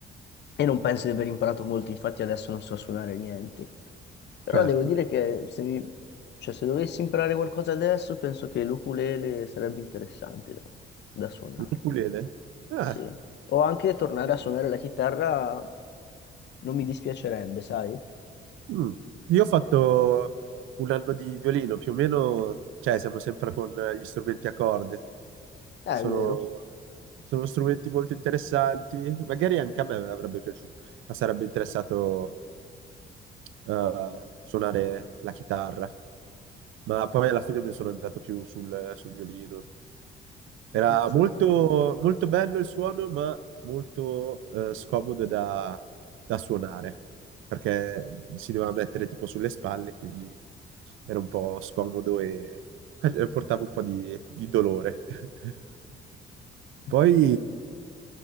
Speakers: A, on the left (about 60°); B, on the right (about 80°).
A: e non penso di aver imparato molto, infatti adesso non so suonare niente. Però
B: Certo.
A: devo dire che se mi... cioè, se dovessi imparare qualcosa adesso, penso che l'ukulele sarebbe interessante da, da suonare.
B: L'ukulele? Ah,
A: Sì. O anche tornare a suonare la chitarra non mi dispiacerebbe, sai? Eh,
B: mm. Io ho fatto un anno di violino, più o meno, cioè siamo sempre con gli strumenti a corde.
A: è
B: Sono,
A: vero.
B: sono strumenti molto interessanti, magari anche a me avrebbe piaciuto, sarebbe interessato eh, suonare la chitarra, ma poi alla fine mi sono andato più sul, sul violino. Era
A: È come suonare
B: molto,
A: il violino.
B: molto bello il suono, ma molto eh, scomodo da, da suonare, perché si doveva mettere tipo sulle spalle, quindi era un po' scomodo e <laughs> e portava un po' di, di dolore. <laughs>
A: <laughs>
B: Poi,
A: Ok. Eh,